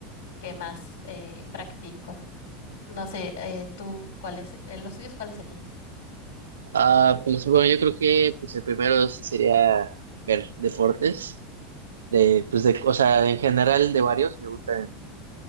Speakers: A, on the left (about 80°); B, on the right (about 85°).
A: que más eh, practico. No sé, eh, tú, ¿cuáles, eh, los tuyos cuáles serían?
B: Ah, pues bueno, yo creo que pues el primero sí sería ver deportes. De, pues de, o sea, en general de varios me gustan.